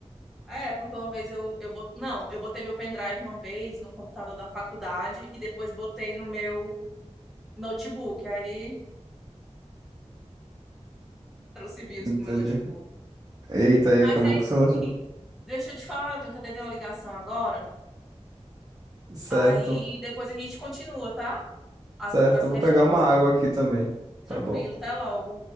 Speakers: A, in the centre; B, on the right.
A: É, porque uma vez eu, eu bot... não, eu botei meu pendrive uma vez no computador da faculdade e depois botei no meu notebook. Aí trouxe vírus
B: Entendi.
A: pro meu notebook.
B: Eita, aí
A: Mas
B: acabou
A: é
B: com
A: isso
B: o seu
A: aí.
B: notebook.
A: Deixa eu te falar, eu tenho que atender uma ligação agora.
B: Certo.
A: Aí depois a gente continua, tá? As,
B: Certo,
A: as
B: eu
A: questões.
B: vou pegar uma água aqui também. Tá
A: Tranquilo,
B: bom.
A: até logo.